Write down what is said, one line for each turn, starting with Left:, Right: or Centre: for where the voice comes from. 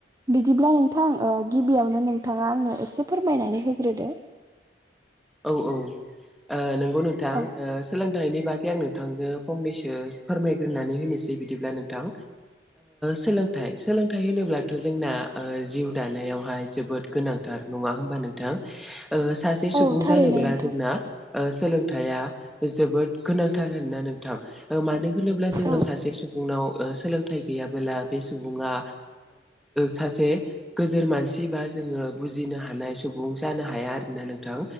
Right: बिदिब्ला नोंथां ओ गिबियावनो नोंथाङा आंनो एसे फोरमायनानै होग्रोदो।
Centre: औ औ ओ नंगौ नोंथां
Right: औ
Centre: ओ सोलोंथाइनि बागै आं नोंथांजों फंनैसो फोरमायग्रोनानै होनोसै बिदिब्ला नोंथां सोलोंथाइ सोलोंथाइ होनोब्लाथ' जोंना जिउ दानायावहाय जोबोद गोनांथार नङा होमबा नोंथां सासे सुबुं
Right: औ थारैनो
Centre: जानोब्ला
Right: नोंथां।
Centre: जोंना सोलोंथाइया जोबोद गोनांथार आरोना नोंथां मानो होनोब्ला जोंनाव
Right: औ
Centre: सासे सुबुंनाव सोलोंथाइ गैयाबोला बे सुबुङा सासे गोजोर मानसि बा जोङो बुजिनो हानाय सुबुं जानो हाया आरोना नोंथां